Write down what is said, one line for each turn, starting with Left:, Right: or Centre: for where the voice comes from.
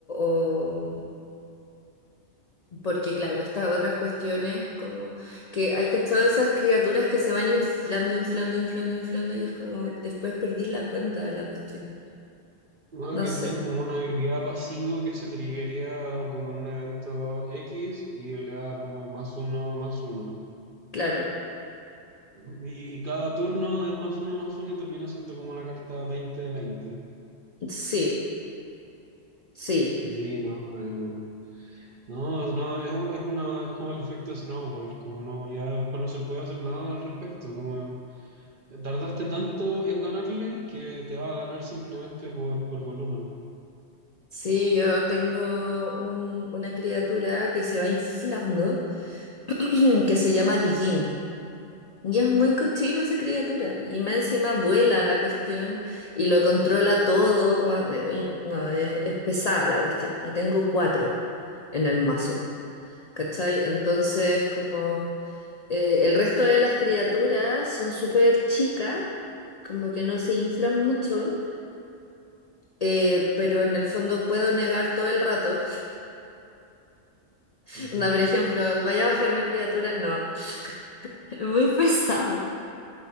Left: o- porque claro, estas otras cuestiones, como que hay cachado esas criaturas que se van inflando, inflando, inflando, inflando, y es como después perdí la cuenta de la cuestión.
Right: ¿no?
Left: No
Right: Que tienen
Left: sé,
Right: como una habilidad pasivo que se triggerea como en un evento X y le da como más uno, más uno.
Left: claro,
Right: Y, y cada turno es más uno, más uno y termina siendo como una carta veinte veinte
Left: sí, sí.
Right: Sí, no. em, no, no, es, es una, es como el efecto snowball, como no, ya después no se puede hacer nada al respecto, como eh, tardaste tanto en ganarle que te va a ganar simplemente por, por volumen.
Left: Sí, yo tengo un, una criatura que se va inflando <clears throat> que se llama Dijin. Y es muy cochino esa criatura. Y más encima vuela la cuestión y lo controla todo. Bueno, eh, y- no, eh, es pesada la cuestión. Y tengo cuatro en el mazo. ¿Cachai? Entonces, como eh, el resto de las criaturas son súper chicas, como que no se inflan mucho, eh, pero en el fondo puedo negar todo el rato. <laughs>
Right: Ujú.
Left: Onda, por ejemplo, vaya a bajar una criatura, no, <laughs> es muy pesado.